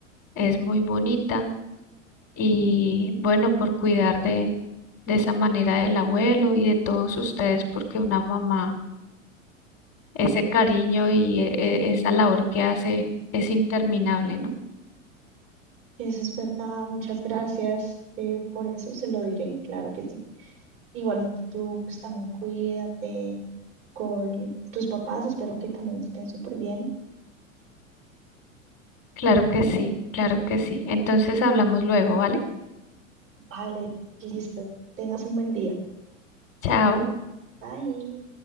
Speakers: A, on the left; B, on the right.
A: es muy bonita y bueno, por cuidar de, de esa manera del abuelo y de todos ustedes, porque una mamá, ese cariño y e- e- esa labor que hace es interminable, ¿no?
B: Eso es verdad. Muchas gracias eh, por eso. Se lo diré. Claro que sí. Igualmente tú, pues también cuídate con tus papás. Espero que también estén súper bien.
A: Claro que sí, claro que sí. Entonces hablamos luego, ¿vale?
B: Vale, listo. Tengas un buen día.
A: Chao.
B: Bye.